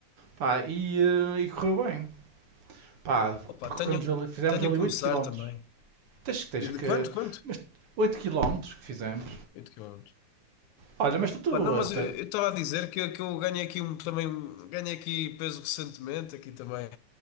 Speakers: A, on the right; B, on the left.
A: Pá, e, eh, e correu bem. Pá,
B: Opa,
A: percorremos
B: tenho,
A: ali, fizemos
B: tenho
A: ali
B: a começar
A: oito quilómetros
B: também.
A: Tens, que- tens
B: De,
A: que.
B: de quanto, quanto?
A: Mas 8 km que fizemos.
B: oito quilômetros
A: Olha, mas tu, tu,
B: Pá, Não, mas
A: eh,
B: eu eu estava a dizer que, que eu ganhei aqui um, também um- ganhei aqui peso recentemente aqui também